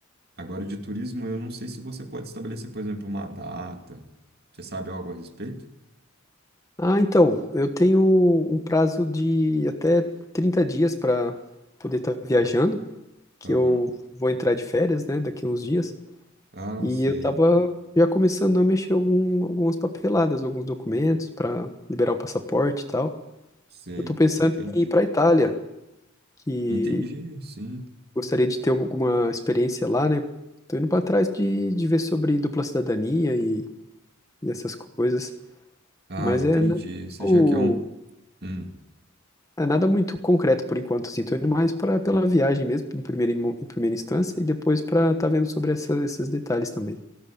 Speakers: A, on the right; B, on the left.
A: Agora, de turismo, eu não sei se você pode estabelecer, por exemplo, uma data. Você sabe algo a respeito?
B: Ah, então, eu tenho um prazo de até 30 dias para poder estar viajando, que
A: Aham.
B: eu vou entrar de férias, né, daqui uns dias,
A: Ah,
B: e
A: sei,
B: eu tava já começando a mexer algum, algumas papeladas, alguns documentos para liberar o passaporte e tal.
A: sei.
B: Eu tô pensando
A: Entendi.
B: em ir para Itália, que
A: Entendi, sim.
B: gostaria de ter alguma experiência lá, né? Tô indo para trás de, de ver sobre dupla cidadania e, e essas coisas,
A: Ah,
B: mas
A: entendi.
B: é, né,
A: Você
B: muito
A: já quer um. hum.
B: É nada muito concreto por enquanto, assim, tô indo mais para pela viagem mesmo, em primeira, em primeira instância, e depois para tá vendo sobre essa- esses detalhes também.